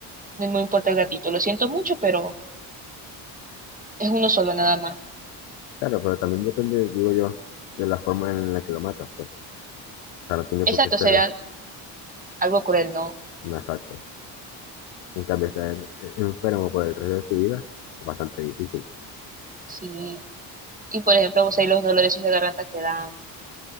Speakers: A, on the right; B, on the left.
A: no me importa el gatito. Lo siento mucho, pero es uno solo nada más.
B: Claro, pero también depende, digo yo, de la forma en la que lo matas, pues. O sea, no tiene
A: Exacto,
B: por qué ser
A: sería algo cruel, ¿no?
B: un asalto. En cambio, estar eh, enfermo por el resto de tu vida es bastante difícil.
A: Sí. Y por ejemplo, vos sabés los dolores esos de garganta que dan,